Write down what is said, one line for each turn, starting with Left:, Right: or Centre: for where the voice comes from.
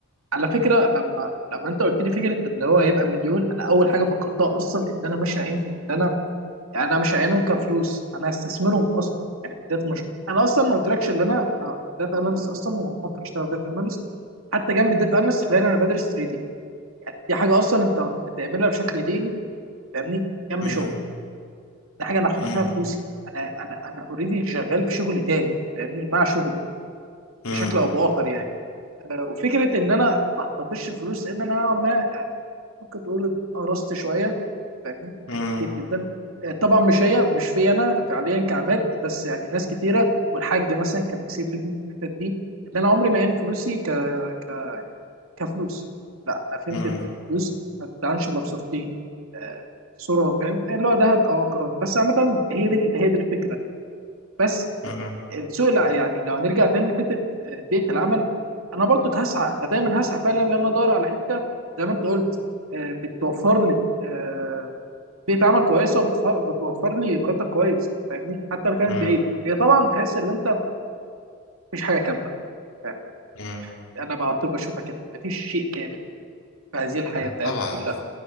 Right: على فكره لما لما انت قلت لي فكره اللي هو هيبقى مليون انا اول حاجه فكرتها اصلا ان انا مش هينفع ان انا يعني انا مش هعينهم كفلوس انا هستثمرهم اصلا يعني من بدايه مش انا اصلا ما قلتلكش ان انا انا داتا اناليست اصلا وبفكر اشتغل داتا اناليست حتى جنب الداتا اناليست حاليا انا بدرس تريدينج يعني دي حاجه اصلا انت بتعملها بشكل ديلي فاهمني جنب
Left: مم،
Right: شغلك دي حاجه انا هحط
Left: مم،
Right: فيها فلوسي انا انا انا اوريدي شغال في شغل تاني فاهمني مع شغلي
Left: مم،
Right: بشكل او باخر يعني آه، وفكره ان انا ما احتفظش الفلوس لان انا نوعاً ما يعني ممكن تقول قرصت شويه فاهمني
Left: مم،
Right: حاجات كتير جدا آه، طبعا مش هي مش في انا فعليا كعماد بس يعني ناس كتيره والحاج مثلا كان مثير لي في الحتت دي ان انا عمري ما عين فلوسي ك... ك... كفلوس لا انا فهمت
Left: مم،
Right: ان الفلوس ما بتتعنش الا بصورتين آه، صوره فاهم اللي هو ذهب او عقارات بس عامه هي دي هي دي الفكره بس
Left: مم،
Right: السوق لا يعني لو هنرجع تاني لحته آه، بيئه العمل انا برضو هسعى انا دايما هسعى فعلا ان انا ادور على حته زي ما انت قلت آه، بتوفر لي آه، بيئه عمل كويسه وبتوفر بتوفر لي مرتب كويس فاهمني حتى لو كانت
Left: مم،
Right: بعيده هي طبعا تحس ان انت مفيش حاجه كامله فاهمني
Left: مم.
Right: انا بقى على طول بشوفها كده مفيش شيء كامل في هذه الحياه بتاعتنا
Left: طبعا
Right: كلها